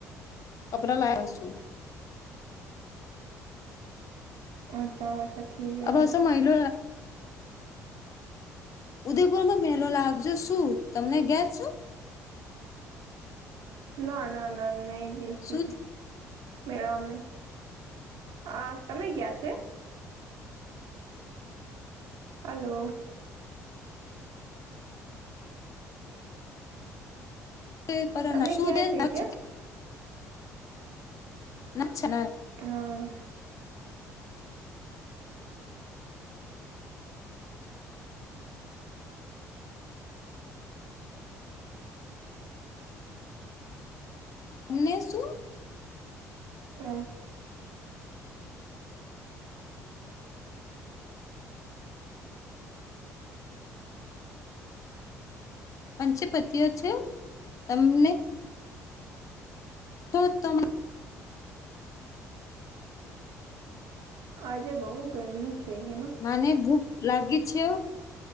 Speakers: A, on the left (about 40°); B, on the right (about 60°).
A: કપડા લાયા શું.
B: અચ્છા. ઠીક હે
A: આસો
B: વાહ
A: મહિનો ઉદયપુરમાં મેલો લાગજો શું તમને ગયા છો.
B: ના ના ના નહી ગેય કશે.
A: શું
B: મેળામે આ તમે ગયાં છે. હલો.
A: <unintelligible>
B: તમે ગયા છે કે
A: ના છે ના
B: હા.
A: ને શું.
B: પ્ર
A: પંચ પતિઓ છે તમને તો તમને
B: આજે બહું ગરમી છે હેનો?
A: મને ભૂખ લાગી છે